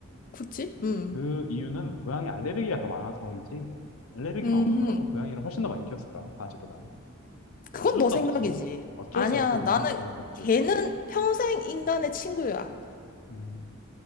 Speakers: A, on the left (about 40°); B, on the left (about 80°).
A: 그치? 음.
B: 그 이유는 고양이 알레르기가 더 많아서이지 알레르기만
A: 음.
B: 없었더라도 고양이를 훨씬 더 많이 키웠을 거야 강아지보다는
A: 그건
B: 어쩔
A: 너
B: 수
A: 생각이지.
B: 없이 어쩔
A: 아니야,
B: 수 없이
A: 나는
B: 강아지를 이렇게
A: 걔는 평생 인간의 친구야.
B: 음,